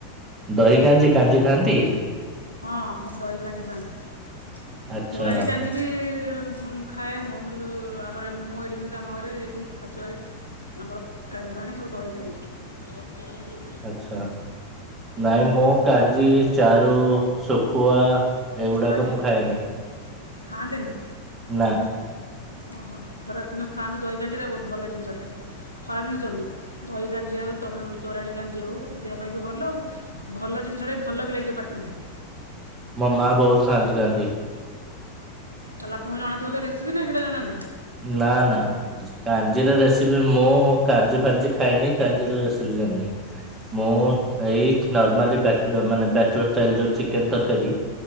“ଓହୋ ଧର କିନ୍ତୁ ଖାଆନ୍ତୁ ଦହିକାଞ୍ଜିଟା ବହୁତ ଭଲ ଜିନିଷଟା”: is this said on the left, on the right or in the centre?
Right